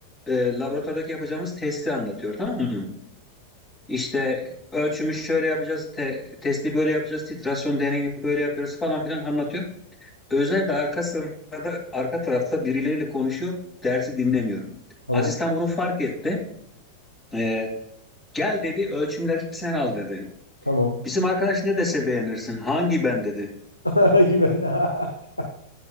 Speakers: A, on the left; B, on the left.
A: e, laboratuvardaki yapacağımız testi anlatıyor, tamam mı? İşte ölçümü şöyle yapacağız, te- testi böyle yapacağız, titrasyon deneyini böyle yapıyoruz falan filan anlatıyor. Özay da arka sırada, arka tarafta birileriyle konuşuyor, dersi dinlemiyor.
B: Tamam.
A: Asistan bunu fark etti. Ee, gel dedi, ölçümleri sen al dedi.
B: Tamam.
A: Bizim arkadaş ne dese beğenirsin, hangi ben dedi.
B: <laughs> Güven. <laughs>